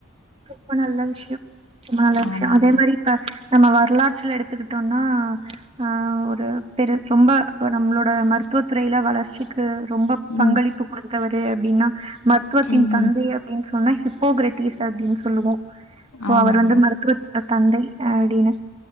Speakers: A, on the right; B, on the left.
A: ரொம்ப நல்ல விஷயம் ரொம்ப நல்ல விஷயம்
B: ஆமாங்க.
A: அதே மாதிரி இப்ப நம்ம வரலாற்றில் எடுத்துக்கிட்டோம்னா ஆஹ் ஒரு பெரு ரொம்ப நம்மளோட ம மருத்துவத் துறைல வளர்ச்சிக்கு ரொம்ப
B: ம்.
A: பங்களிப்பு கொடுத்தவர் அப்படின்னா மருத்துவத்தின்
B: ம்ஹ்ம்
A: தந்தை அப்படின்னு சொன்னா ஹிப்போகரட்டிஸ் அப்படின்னு சொல்லுவோம் சோ
B: ஆமாங்க.
A: அவர் வந்து மருத்துவ துறை தந்தை அப்டின்னு